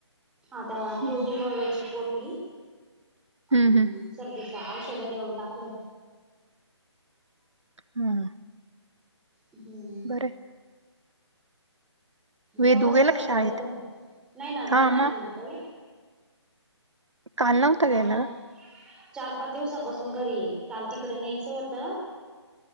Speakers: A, in the centre; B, on the right.
A: आता
B: हम्म
A: ठेवली बव्याची पोटली
B: हम्म
A: आणि
B: हम्म.
A: सर्दीच औषधं देऊन टाकलं.
B: हम्म
A: हम्म्
B: <unintelligible> वेदू
A: तेवडच
B: गेला
A: फरक
B: का शाळेत?
A: पडत ना नाही ना
B: हा
A: जाणारी
B: मग
A: ना ते
B: काल नव्हता
A: जाणारे
B: गेला का?
A: चार पाच दिवसापासून घरी ये काल तिकड न्यायचं होतं